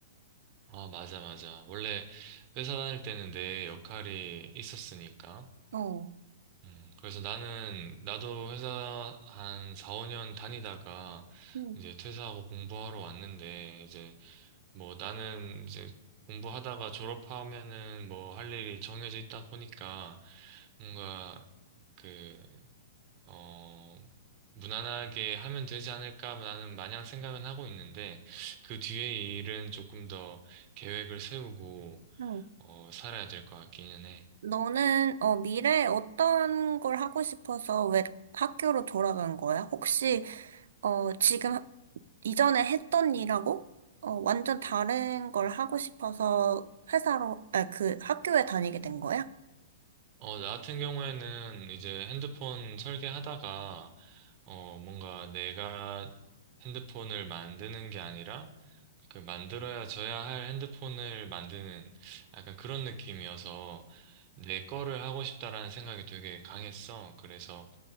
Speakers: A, on the right; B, on the right.
A: 아, 맞아, 맞아. 원래 회사 다닐 때는 내 역할이 있었으니까.
B: 어,
A: 음, 그래서 나는, 나도 회사 한 4, 5년 다니다가
B: 응.
A: 이제 퇴사하고 공부하러 왔는데, 이제 뭐 나는 이제 공부하다가 졸업하면은 뭐 할 일이 정해져 있다 보니까 뭔가 그, 어, 무난하게 하면 되지 않을까 나는 마냥 생각은 하고 있는데, 그 뒤에 일은 조금 더 계획을 세우고,
B: 응.
A: 어, 살아야 될 것 같기는 해.
B: 너는 어, 미래에 어떤 걸 하고 싶어서 왜 학교로 돌아간 거야? 혹시 어, 지금 하- 이전에 했던 일하고 어, 완전 다른 걸 하고 싶어서 회사로, 아, 그 학교에 다니게 된 거야?
A: 어, 나 같은 경우에는 이제 핸드폰 설계하다가, 어, 뭔가 내가 핸드폰을 만드는 게 아니라, 그 만들어야 져야 할 핸드폰을 만드는 약간 그런 느낌이어서, 내 거를 하고 싶다라는 생각이 되게 강했어. 그래서,